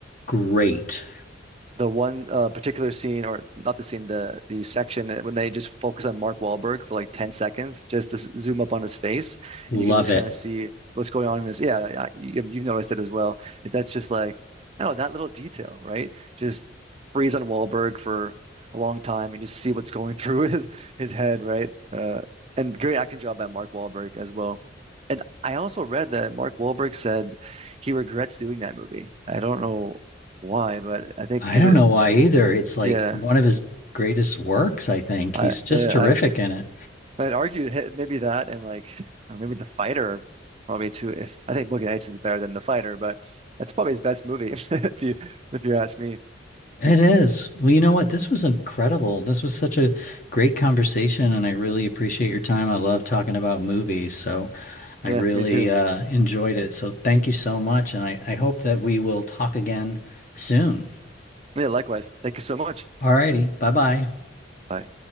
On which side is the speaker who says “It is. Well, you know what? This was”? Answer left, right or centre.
Left